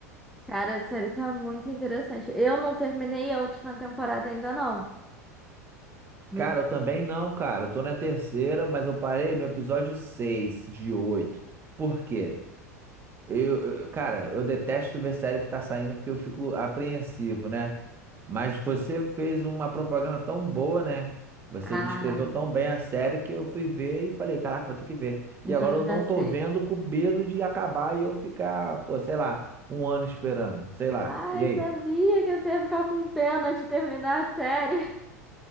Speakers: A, in the centre; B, on the right (about 25°).
A: Cara, a série tá muito interessante. Eu não terminei a última temporada ainda, não. Não
B: Cara, eu também não, cara. Eu tô na terceira, mas eu parei no episódio 6 de oito Por quê? Eu, eu- cara, eu detesto ver série que tá saindo porque eu fico apreensivo, né? Mas você fez uma propaganda tão boa, né? Você
A: Ah,
B: descreveu tão bem a série que eu fui ver e falei, caraca, vou ter que ver. E
A: então
B: agora eu
A: já
B: não
A: sei.
B: tô vendo com medo de acabar e eu ficar, pô, sei lá, um ano esperando, sei lá.
A: Ai,
B: E aí?
A: sabia que você ia ficar com pena de terminar a série.